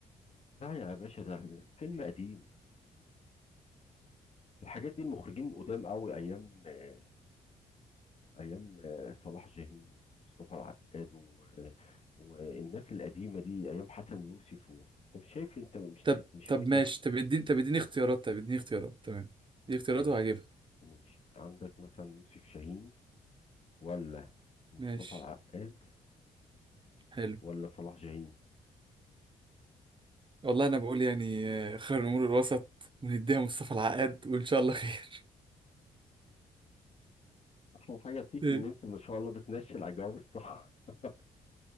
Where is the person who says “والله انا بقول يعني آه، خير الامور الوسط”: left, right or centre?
Right